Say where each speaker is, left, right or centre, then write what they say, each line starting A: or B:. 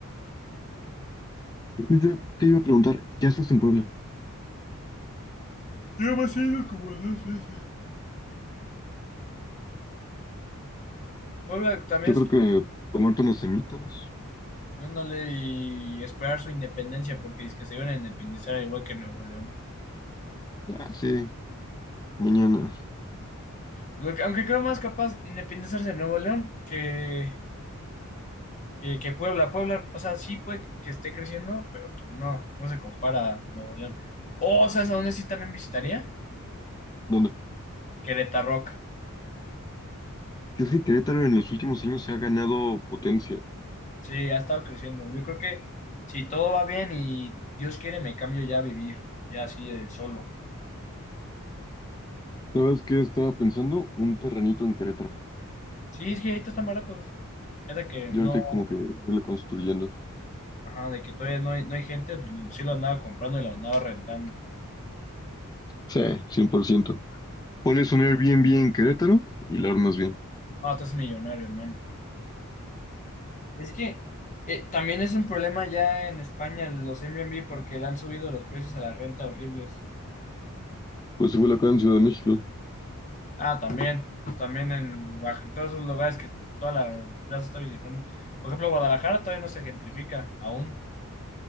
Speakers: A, on the left (about 15°); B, on the left (about 35°).
A: Yo te iba a preguntar, ¿qué haces en Puebla?
B: Yo me he ido como dos veces. Puebla también
A: Yo creo
B: es.
A: que comerte unas semitas.
B: No y esperar su independencia porque es que se iban a independizar igual que Nuevo León.
A: Ah, sí. Mañana.
B: Lo que- Aunque creo más capaz de independizarse de Nuevo León que, Y que Puebla, Puebla, o sea, sí puede que esté creciendo, pero pues no, no se compara a Nuevo León. O, ¿sabes a dónde sí también visitaría?
A: ¿Dónde?
B: Querétaro.
A: Que es que Querétaro en los últimos años se ha ganado potencia.
B: Sí, ha estado creciendo. Yo creo que si todo va bien y Dios quiere, me cambio ya a vivir, ya así de solo.
A: ¿Sabes qué estaba pensando? Un terrenito en Querétaro.
B: Sí, es que ahorita están baratos. Es de que
A: Y
B: no,
A: ahorita como que irle construyendo.
B: ajá, de que todavía no hay, no hay gente, pues, sí lo andaba comprando y lo andaba rentando.
A: Sí, 100%. Pones un Airbnb en Querétaro y lo armas bien.
B: Ah, tú eres millonario, hermano. Es que eh, también es un problema ya en España los Airbnb porque le han subido los precios a la renta horribles.
A: Pues igual acá en Ciudad de México.
B: Ah, también, también en Oaxaca, todos esos lugares que toda la plaza está visitando. Por ejemplo, Guadalajara todavía no se gentrifica aún,